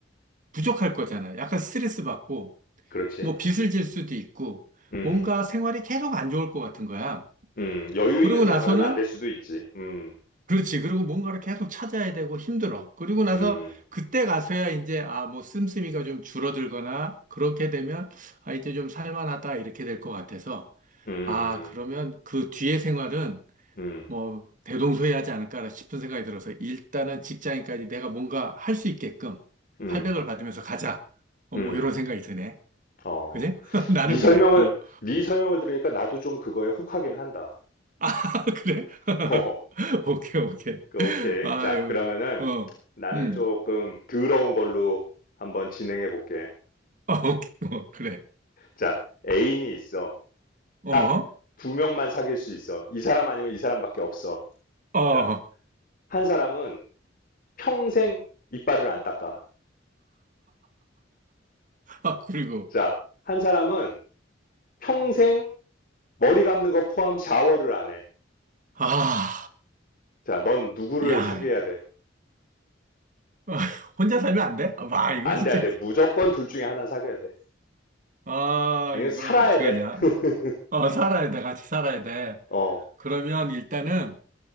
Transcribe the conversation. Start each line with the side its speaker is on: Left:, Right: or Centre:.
Right: 부족할 거잖아. 약간 스트레스 받고,
Left: 그렇지.
Right: 뭐 빚을 질 수도 있고,
Left: 음.
Right: 뭔가 생활이 계속 안 좋을 것 같은 거야.
Left: 음, 여유
Right: 그러고
Left: 있는
Right: 나서는
Left: 생활은 안될 수도 있지. 음,
Right: 그렇지. 그리고 뭔가를 계속 찾아야 되고 힘들어. 그리고 나서
Left: 음,
Right: 그때 가서야 이제, 아, 뭐, 씀씀이가 좀 줄어들거나, 그렇게 되면, 아, 이제 좀 살만하다, 이렇게 될 것 같아서,
Left: 음,
Right: 아, 그러면 그 뒤의 생활은
Left: 음,
Right: 뭐, 대동소이하지 않을까 싶은 생각이 들어서, 일단은 직장인까지 내가 뭔가 할 수 있게끔
Left: 음,
Right: 800을 받으면서 가자. 어,
Left: 음.
Right: 뭐, 이런 생각이 드네.
Left: 어,
Right: 그지? <laughs> 나는
Left: 네 설명을
Right: 그래. 어.
Left: 네 설명을 들으니까 나도 좀 그거에 혹하긴 한다.
Right: 아, <laughs> 그래?
Left: <laughs>
Right: <laughs>
Left: 어,
Right: 오케이, 오케이.
Left: 그, 오케이.
Right: 아유,
Left: 자, 그러면은
Right: 어.
Left: 나는
Right: 음.
Left: 조금 더러운 걸로 한번 진행해 볼게.
Right: 아, 오케이. 어, 그래.
Left: 자, 애인이 있어.
Right: 어?
Left: 딱 두 명만 사귈 수 있어. 이 사람 아니면 이 사람밖에 없어.
Right: 어. 어.
Left: 자, 한 사람은 평생 이빨을 안 닦아.
Right: 아, 그리고.
Left: 자, 한 사람은 평생 머리 감는 거 포함 샤워를 안 해.
Right: 아,
Left: 자, 넌 누구를
Right: 야.
Left: 사귀어야 돼?
Right: 아, 혼자 살면 안 돼? 아, 와, 이거
Left: 안
Right: 진짜.
Left: 돼, 안 돼. 무조건 둘 중에 하나 사귀어야 돼.
Right: 아,
Left: 아니면
Right: 이걸
Left: 살아야
Right: 어떡하냐?
Left: 돼. <laughs>
Right: 어, 살아야 돼. 같이 살아야 돼.
Left: 어,
Right: 그러면 일단은,